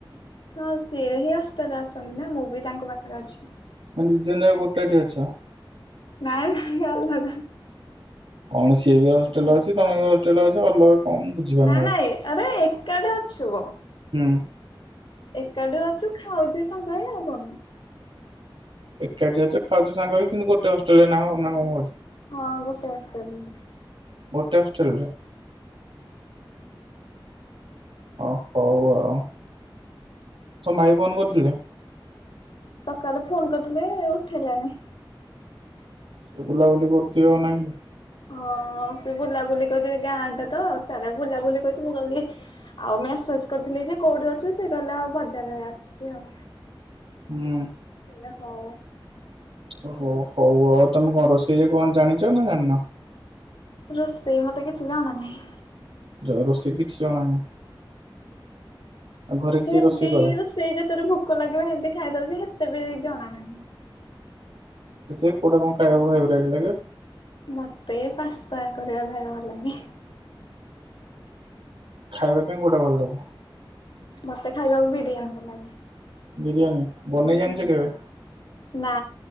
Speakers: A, on the left; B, on the right.
A: ହଁ ସେ ହିଁ ହଷ୍ଟେଲରେ ଅଛନ୍ତି ନା ମୁଁ ବି ତାଙ୍କ ପାଖରେ ଅଛି।
B: ମାନେ ଦିଇ ଜଣା ଯାକ ଗୋଟେଠି ଅଛ।
A: ନାଇଁଁ ନାଇଁ ଅଲଗା।
B: କଣ ସିଏ ବି ହଷ୍ଟେଲ ଅଛି ତମେ ବି ହଷ୍ଟେଲ ଅଛ ଅଲଗା କଣ ମୁଁ ବୁଝିପାରୁନି
A: ନାଇଁ
B: ଆଡେ।
A: ନାଇଁ ଆରେ ଏକାଠେ ଅଛୁ।
B: ହୁଁ।
A: ଏକାଠୁ ଅଛୁ ଖାଉଛି ସାଙ୍ଗ ହେଇ ଆଉ କଣ?
B: ଏକାଠି ଅଛ ଖାଉଛ ସାଙ୍ଗ ହେଇ କିନ୍ତୁ ଗୋଟେ ହଷ୍ଟେଲରେ ନାହ ନା କଣ କହୁଛ।
A: ହଁ ଗୋଟେ ହଷ୍ଟେଲ ରେ।
B: ଗୋଟେ ହଷ୍ଟେଲ ରେ? ଓ ହଉ ଆଉ ତମ ଭାଇ ଫୋନ କରିଥିଲେ?
A: ସକାଳେ ଫୋନ କରିଥିଲେ ଉଠେଇଲାନି।
B: ସେ ବୁଲାବୁଲି କରୁଥିବ ନାଇଁକି।
A: ହଁ ସେ ବୁଲାବୁଲି କରୁଛି ଗାଁଟା ତ ସାରା ବୁଲାବୁଲି କରିଛି ମୁଁ କହିଲିି ଆଉ ମେସେଜ କରିଥିଲି ଯେ କୋଉଠି ଅଛୁ ସେ କହିଲା ଆଉ ବଜାରରେ ଆସିଛି ଆଉ।
B: ହୁଁ।
A: ମୁଁ କହିଲି ହଉ।
B: ଓ ହଉ ହଉ ଆଉ ତମେ କଣ ରୋଷେଇ ରେ କଣ ଜାଣିଛ ନା ଜାଣିନ?
A: ରୋଷେଇ ମତେ କିଛି ଜଣା ନାହିଁ।
B: ରୋଷେଇ କିଛି ଜଣା ନାହିଁ। ଆଉ ଘରେ
A: ସେମିତି
B: କିଏ ରୋଷେଇ କରେ?
A: ରୋଷେଇ ଯେତେବେଳେ ଭୋକ ଲାଗିବ ସେମତି ଖାଇଦଉଛି ହେତେ ବି ଜଣା ନାହିଁ।
B: ତଥାପି କଉଟା କଣ ଖାଇବାକୁ ଫ୍ରେବରାଇଟ ଲାଗେ।
A: ମତେ ପାସ୍ତା କରିବା ଖାଇବା ଭଲ ଲାଗେ।
B: ଖାଇବା ପାଇଁ କୋଉଟା ଭଲ ଲାଗେ?
A: ମତେ ଖାଇବାକୁ ବିରିୟାନୀ ଭଲ ଲାଗେ।
B: ବିରିୟାନୀ। ବନେଇ ଜାଣିଛ
A: ହୁଁ
B: କେବେ?
A: ନା